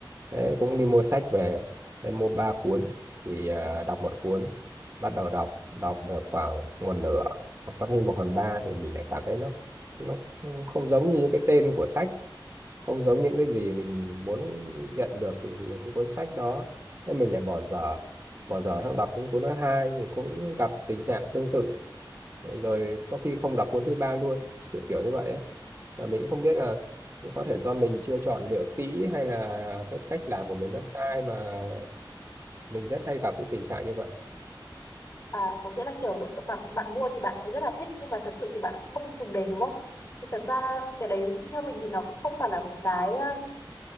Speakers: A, on the right; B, on the left.
A: Thế cũng đi mua sách về em mua ba cuốn thì à, đọc một cuốn bắt đầu đọc đọc được khoảng một nửa hoặc có thêm một phần ba thì mình lại cảm thấy nó nó, nó không giống như cái tên của sách không giống những cái gì mình muốn nhận được từ cái cuốn sách đó nên mình lại bỏ dở bỏ dở sang đọc những cuốn thứ hai thì cũng gặp tình trạng tương tự rồi có khi không đọc cuốn thứ ba luôn kiểu kiểu như vậy ấy. mà mình cũng không biết là có thể do mình chưa chọn lựa kỹ hay là cái cách làm của mình nó sai mà mình rất hay gặp cái tình trạng như vậy
B: À, có nghĩa là kiểu lúc bạn bạn mua thì bạn lại rất là thích nhưng mà thật sự thì bạn không dùng đến đúng không? Thì thật ra cái đấy theo mình thì nó cũng không phải là một cái ờ,